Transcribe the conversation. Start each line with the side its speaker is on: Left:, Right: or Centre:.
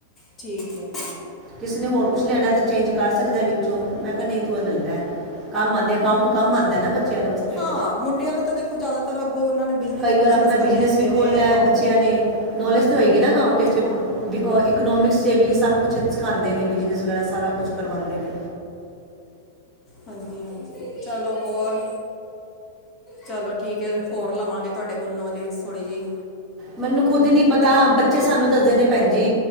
Left: ਠੀਕ ਹੈ
Centre: ਕਿਸੇ ਨੇ ਹੋਰ ਕੁਝ ਲੈਣਾ ਤੇ ਚੇਂਜ ਕਰ ਸਕਦਾ ਵਿੱਚੋਂ ਮੈਂ ਕਿਹਾ ਨਹੀਂ ਤੂੰ ਇਹ ਲੈ ਲੈ ਕੰਮ
Left: ਹਾਂਜੀ
Centre: ਆਉਂਦੇ ਅਕਾਊਂਟ ਕੰਮ ਆਉਂਦਾ ਨਾ ਬੱਚਿਆਂ ਦੇ ਵਾਸਤੇ,
Left: ਹਾਂ ਮੁੰਡਿਆਂ ਨੂੰ ਤਾਂ ਦੇਖੋ ਜ਼ਿਆਦਾਤਰ ਅੱਗੋਂ ਉਹਨਾਂ ਨੇ ਬਿਜ਼ਨਸ
Centre: ਕਈ ਵਾਰ
Left: ਬਿਜ਼ਨਸ
Centre: ਆਪਣਾ
Left: ਕਰਨੇ
Centre: ਬਿਜਨਸ
Left: ਹੁੰਦੇ
Centre: ਵੀ
Left: ਨੇ
Centre: ਖੋਲ ਲੈ
Left: ਅਕਾਊਂਟ
Centre: ਬੱਚਿਆਂ
Left: ਹੀ
Centre: ਨੇ, ਨੌਲੇਜ
Left: ਹਾਂਜੀ
Centre: ਤਾਂ ਹੋਏਗੀ ਨਾ ਅਕਾਊਂਟ 'ਚ
Left: ਹਾਂ ਬਿਲਕੁਲ
Centre: ਇਕੋਨੋਮਿਕਸ 'ਤੇ ਵੀ ਸਭ ਕੁਛ ਸਿਖਾਉਂਦੇ ਨੇ ਬਿਜਨਸ ਵਗੈਰਾ ਸਾਰਾ ਕੁਛ ਕਰਵਾਉਂਦੇ ਨੇ
Left: ਹਾਂਜੀ ਹਾਂਜੀ ਚਲੋ ਹੋਰ ਚਲੋ ਠੀਕ ਹੈ, ਹੋਰ ਲਵਾਂਗੇ ਤੁਹਾਡੇ ਕੋਲ ਨੌ ਜ ਥੋੜ੍ਹੀ ਜਿਹੀ
Centre: ਮੈਨੂੰ ਖੁਦ ਨੀ ਪਤਾ ਬੱਚੇ ਸਾਨੂੰ ਦੱਸਦੇ ਨੇ ਭੈਣ ਜੀ